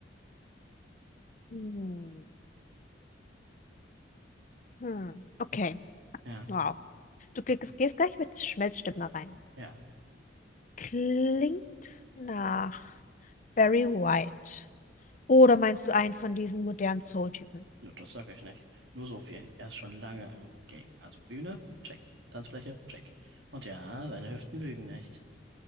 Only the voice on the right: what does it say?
Ja,
ja,
nur das sage ich nicht. Nur so viel. Er ist schon lange im Game. Also Bühne, check. Tanzfläche, check. Und ja, seine Hüften lügen nicht.